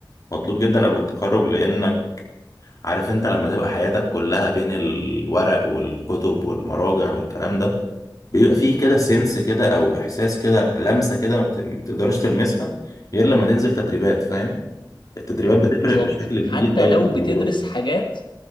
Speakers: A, on the left; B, on the left.
A: مطلوب جدا قبل التخرج لانك عارف انت لما تبقى حياتك كلها بين الورق والكتب والمراجع والكلام ده بيبقى فيه كده سنس كده او احساس كده لمسة كده ما بت- ما بتقدرش تلمسها غير لما تنزل تدريبات فاهم التدريبات بتفرق
B: بالظبط
A: بشكل كبير
B: حتى
A: قوي
B: لو
A: في الموضوع
B: بتدرس
A: ده
B: حاجات